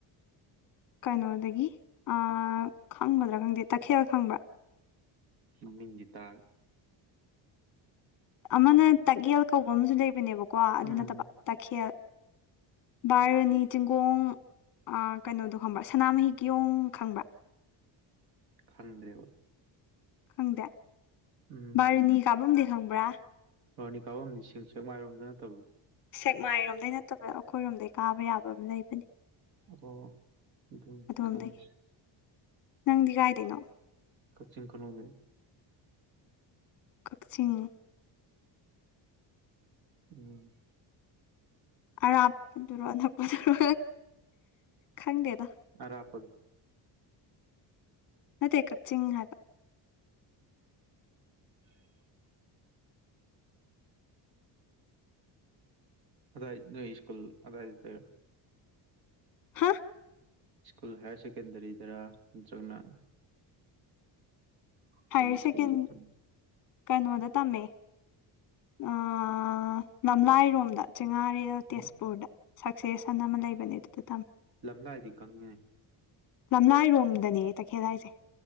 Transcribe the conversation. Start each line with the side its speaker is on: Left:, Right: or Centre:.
Left: ꯀꯩꯅꯣꯗꯒꯤ ꯑꯥ ꯈꯪꯒꯗ꯭ꯔꯥ ꯈꯪꯗꯦ ꯇꯥꯈꯦꯜ ꯈꯪꯕ꯭ꯔꯥ
Right: ꯃꯃꯤꯡꯗꯤ ꯇꯥꯔꯦ
Left: ꯑꯃꯅ ꯇꯛꯌꯦꯜ ꯀꯧꯕ ꯑꯃꯁꯨ ꯂꯩꯕꯅꯦꯕꯀꯣ ꯑꯗꯨ
Right: ꯎꯝ
Left: ꯅꯠꯇꯕ ꯇꯛꯈꯦꯜ ꯕꯥꯔꯨꯅꯤ ꯆꯤꯡꯒꯣꯡ ꯑꯥ ꯀꯩꯅꯣꯗꯣ ꯈꯪꯕ꯭ꯔꯥ ꯁꯅꯥꯃꯍꯤ ꯀꯤꯌꯣꯡ ꯈꯪꯕ꯭ꯔꯥ
Right: ꯈꯪꯗ꯭ꯔꯦꯕ
Left: ꯈꯪꯗꯦ
Right: ꯎꯝ
Left: ꯕꯥꯔꯨꯅꯤ ꯀꯥꯚꯝꯗꯤ ꯈꯪꯕ꯭ꯔꯥ
Right: ꯕꯔꯨꯅꯤ ꯀꯥꯚꯝꯗꯤ ꯁꯤꯡ ꯁꯦꯛꯃꯥꯏꯔꯣꯝꯗ ꯅꯠꯇꯕꯣ
Left: ꯁꯦꯛꯃꯥꯏꯔꯣꯝꯗꯩ ꯅꯠꯇꯕꯗ ꯑꯩꯈꯣꯏꯔꯣꯝꯗꯩ ꯀꯥꯕ ꯌꯥꯕ ꯑꯃ ꯂꯩꯕꯅꯤ
Right: ꯑꯣ ꯑꯗꯨ
Left: ꯑꯗꯣꯝꯗꯒꯤ
Right: ꯈꯪꯗ꯭ꯔꯦ
Left: ꯅꯪꯗꯤ ꯀꯥꯏꯗꯩꯅꯣ
Right: ꯀꯛꯆꯤꯡ ꯈꯨꯅꯧꯗꯩ
Left: ꯀꯛꯆꯤꯡ
Right: ꯎꯝ
Left: ꯑꯔꯥꯞꯄꯗꯨꯔꯣ ꯑꯅꯛꯄꯗꯨꯔꯣ ꯈꯪꯗꯦꯗ
Right: ꯑꯔꯥꯞꯄꯗꯨ
Left: ꯅꯠꯇꯦ ꯀꯛꯆꯤꯡ ꯍꯥꯏꯕ
Right: <inaudible> ꯑꯗꯥꯏ ꯅꯣꯏ ꯏꯁꯀꯨꯜ ꯑꯗꯥꯏꯗꯨꯗꯩꯔꯣ
Left: ꯍꯥ
Right: ꯁ꯭ꯀꯨꯜ ꯍꯥꯏꯌꯔ ꯁꯦꯀꯦꯟꯗꯔꯤꯗꯔ ꯅꯠꯇ꯭ꯔꯒꯅ ꯀꯔꯤ
Left: ꯍꯥꯌꯔ
Right: ꯁ꯭ꯀꯨꯜ
Left: ꯁꯦꯀꯦꯟ
Right: ꯆꯠꯇꯣꯏꯅꯣ
Left: ꯀꯩꯅꯣꯗ ꯇꯝꯃꯦ ꯑꯥ ꯂꯝꯂꯥꯏꯔꯣꯝꯗ ꯆꯤꯉꯥꯔꯦꯜ ꯇꯦꯖꯄꯨꯔꯗ
Right: ꯑꯣ
Left: ꯁꯛꯁꯦꯁꯟ ꯑꯃ ꯂꯩꯕꯅꯦ ꯑꯗꯨꯗ ꯇꯝ
Right: ꯂꯝꯂꯥꯏꯗꯤ ꯈꯪꯉꯦ
Left: ꯂꯝꯂꯥꯏꯔꯣꯝꯗꯅꯦ ꯇꯈꯦꯜ ꯍꯥꯏꯁꯦ